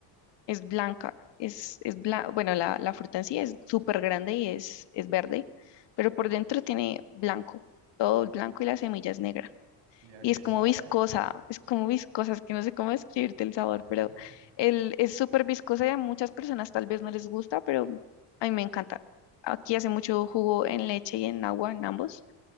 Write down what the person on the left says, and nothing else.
Es blanca, es, es bla- bueno, la, la fruta en sí es súper grande y es, es verde, pero por dentro tiene blanco, todo el blanco y la semilla es negra
y
es como
viscosa, es como viscosa, es que no sé cómo describirte el sabor,
pero el, es súper viscosa y a muchas personas tal vez no les gusta, pero a mí me encanta. Aquí hace mucho jugo en leche y en agua, en ambos,